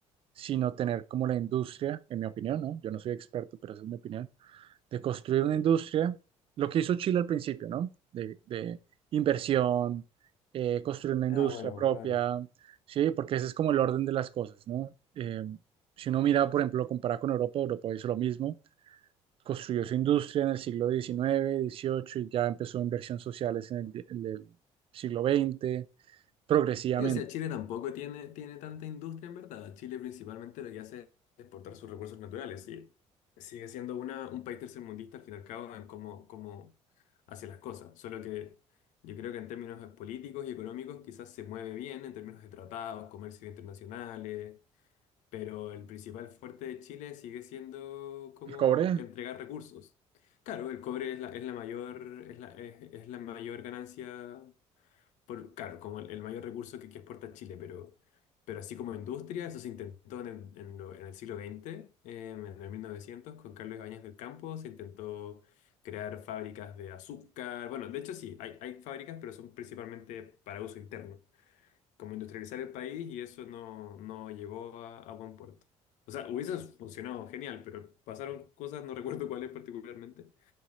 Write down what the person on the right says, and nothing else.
sino tener como la industria, en mi opinión, ¿no? Yo no soy experto, pero esa es mi opinión, de construir una industria, lo que hizo Chile al principio, ¿no? De, de inversión, eh, construir una industria
propia,
¿sí? Porque ese es como el orden de las cosas, ¿no? Eh, si uno mira, por ejemplo, compara con Europa, Europa hizo lo mismo, construyó su industria en el siglo diecinueve dieciocho y ya empezó inversión sociales en el, en el siglo veinte progresivamente.
El cobre,